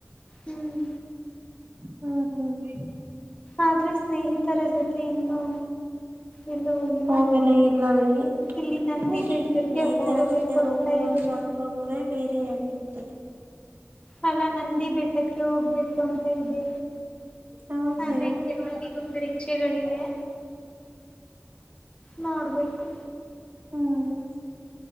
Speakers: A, on the left; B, on the right.
A: ಹ್ಮ್
B: ಹ್ಮ್
A: ಆದ್ರೆ ಸ್ನೇಹಿತರ ಜೊತೆ ಇನ್ನೂ ಎಲ್ಲೂ ಹೋಗಿಲ್ಲ
B: ಹೋಗಲೇ ಇಲ್ಲವೇ
A: ಇಲ್ಲಿ ನಂದಿ
B: ಹೋಗಿ
A: ಬೆಟ್ಟಕ್ಕೆ
B: ಸ್ನೇಹಿತರ
A: ಹೋಗಬೇಕು
B: ಜೊತೆ
A: ಅಂತ
B: ಹೋಗುವ
A: ಇದೆ
B: ಒಂದು ಅನುಭವವೇ ಬೇರೆ ರೇ ಆಗಿರುತ್ತದೆ
A: ಅಲಾ ನಂದಿ ಬೆಟ್ಟಕ್ಕೆ ಹೋಗ್ಬೇಕು ಅಂತ ಇದೆ
B: ಹೌದೇ
A: ಆದ್ರೆ
B: ಹ್ಮ್
A: ಎಲ್ಲರಿಗೂ ಪರೀಕ್ಷೆಗಳಿವೆ ನೋಡ್ಬೇಕು
B: ಹ್ಮ್